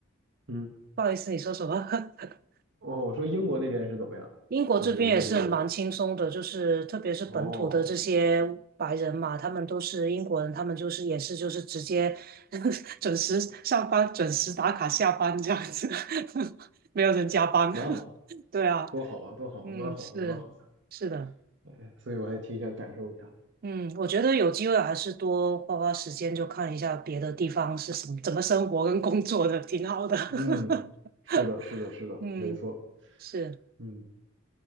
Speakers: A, on the right (about 60°); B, on the right (about 45°).
A: 嗯。
B: 不好意思，你说什么？<laughs>
A: 哦，我说英国那边是怎么样？
B: 英国这边也是蛮轻松的，
A: 就是就是
B: 就是特别是本土的这些白人嘛，
A: 哦，
B: 他们都是英国人，他们就是也是就是直接 <laughs> 准时上班、准时打卡下班这样子，<laughs> 没有人加班。
A: 蛮好，
B: <laughs> 对啊，
A: 多好啊，多好，
B: 嗯，
A: 蛮好的，
B: 是是的。
A: 蛮好的。哎，所以我还挺想感受一下的。
B: 嗯，我觉得有机会还是多花花时间，就看一下别的地方是什么，怎么生活跟工作的，挺好的。<laughs>
A: 嗯，是的，是的，是的，
B: 嗯，
A: 没错。
B: 是，
A: 嗯，